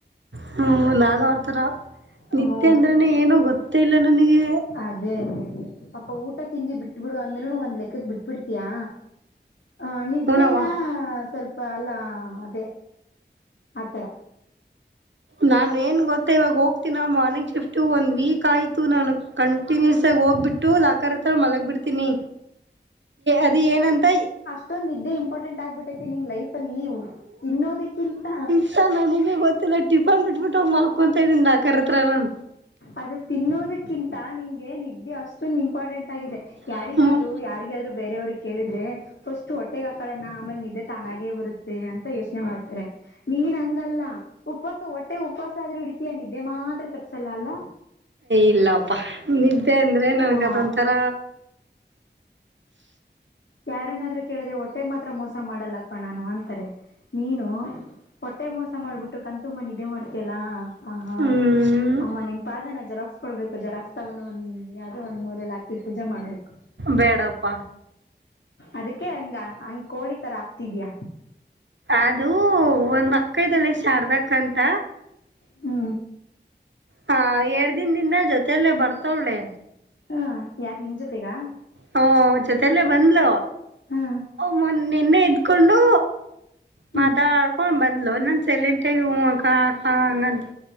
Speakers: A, on the right (about 80°); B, on the left (about 80°).
A: ಹ್ಮ ನಾನು ಆತರ
B: ಹ್ಮ
A: ನತ್ಯೆ ಅಂದ್ರನೆ ಏನು ಗೊತ್ತೇ ಇಲ್ಲ ನನಗೆ
B: ಅದೇ ಅದೇ ಅದೇ ಪಾಪ ಊಟ ತಿಂಡಿ ಬಿಟ್ಬಿಡು ಅಂದ್ರರುನು ಒಂದ್ ಲೆಕ್ಕಕ್ ಬಿಟ್ಬಿಡ್ತಯಾ ಹ ನಿದ್ದೇನ
A: ಹೂನವ್ವ
B: ಸ್ವಲ್ಪ ಅಲ್ಲ ಅದೇ ಆಥರ
A: ನಾನನ್ ಏನ್ ಗೊತ್ತ ಇವಾಗ ಹೋಗ್ತೀನ ಮನ ಫ್ಟು ಒಂದು ವೀಕ್ ಆಯಿತು ನಾನು ಕಂಟಿನ್ಯೂಸ ಆಿ ಹೋಗಿಬಿಟ್ಟು ಅ ಆಾಕಾರಾರ್ ಹತ್ರ ಮಲಗ್ ಬಿಿಡ್ತೀನಿ ಅದು ಏನಂತ
B: ಇಷ್ಟೊಂದ ಇದ್ದೇ ಇಂಪಾರ್ಟೆಂಟ್ ಆಗ್ಬಿಟ್ಟೈತಿ ನಿಂಗ ಲೈಫ್ ಅಲ್ಲಿ ತಿನ್ನೋದಕ್ಕಿಂತ
A: ಸಾ ನನಗೆ ಗೊತ್ತಿಲ್ಲ ಟಫನ್ ಬಿಟ್ಬಿಟ್ಟು ಹೋಗ ಮಲ್ಕೊಂತತ ಇದ್ದನಿ ನಾಕತ್ರ ನಾನ್
B: ಅದು ತಿನ್ನೋದಕ್ಕಿಂತ ನಿನ್ಗೆ ನಿದ್ದೆ ಅಷ್ಟು ಅಷ್ಟೊಂದು ಇಂಪಾರ್ಟೆಂಟ್ ಆಗಿದೆ ಯಾರಿಗಾದ್ರು
A: ನಾನು
B: ಯಾರಿಗಾದ್ರೂ ಬೇರೆೆಯವ್ರಿಗೆ ಕೇಳಿದ್ರೆ ಫಸ್ಟ್ ಅಷ್ಟು ಹೊಟ್ಟೆಗೆ ಹಾಕಳಣ ಆಮೇಲೆ ನಿದ್ದೆ ತಾನಾಗೇ ಬರುತ್ತೆ ಅಂತ ಯೋಚನೆ ಮಾಡ್ತಾರೆ ನೀನ್ ಹಂಗಲ್ಲ ಉಪವಾಸ ಹೊಟ್ಟೆ ಉಪವಾಸ ಆದ್ರೂ ಹಿಡಿತಿಯಾ ನಿದ್ದೆ ಮಾತ್ರ ತಪ್ಸಲ್ಲ ಅಲ್ಲ
A: ಇಲ್ಲಪ್ಪಾ ನಿದ್ದೆ ಅಂದ್ರೆ ನನ್ಗ
B: ವಾ
A: ಅದೊಂತರ
B: ಯಾರನ್ನಾದ್ರು ಕೇಳಿದ್ರೆ ಒಟ್ಟೆಗೆ ಮಾತ್ರ ಮೋಸ ಮಾಡಲ್ಲಪ್ಪಾ ನಾನು ಅಂತಾರೆ ನೀನು ಹೊಟ್ಟೆ ಮೋಸ ಮಾಡ್ಬಿಟ್ಟು ಕಣ್ಣು ತುಂಬ ನಿದ್ದೆ ಮಾಡ್ತಿಯಾಲ್ಲ ಹ ಹಾ
A: ಹ್ಮ್
B: ಅಮ್ಮ ನಿನ್ ಪಾದನ ಜೆರಾಕ್ಸ ಕೊಡ್ಬೇಕು ಜೆರಾಕ್ ತಗೊಂಡು ಒಂದ್ ಯಾವ್ದದೋ ಒಂದ್ ಮೂರಲಿ ಹಾಕಿ ಪೂಜೆ ಮಾಡ್ಬೇಕು
A: ಬೇಡಪ್ಪಾ
B: ಅದಕ್ಕೆ ಹಂಗ ಹಂಗ್ ಕೋಳಿ ತರ ಆಗ್ತಿದ್ಯಾ
A: ಅದು ಒಂದ್ ಮಕ <unintelligible> ಶಾರದಕ್ಂತ
B: ಹ್ಮ
A: ಹಾ ಎರಡ್ ದಿನದಿಂದ ಜೊತೆಯಲ್ಲೇ ಬರ್ತವಳೆ
B: ಹಾ ಯಾಕ ನಿಮ್ ಜೊತೆಗ
A: ಹ ಓ ಜೊತಲ್ಲೇ ಬಂದ್ಲು
B: ಹಾ
A: ಮೊ ನಿನ್ನೆ ಇದಕೊಂಡು
B: ಹ್ಮ್
A: ಮಾತಾಡ್ಕೊಂಡ ಬದ್ಲು ನನ್ ಸೈಲೆಂಟ್ ಆಗಿ ಹೂ ಕಕ ಹಂಗಂತ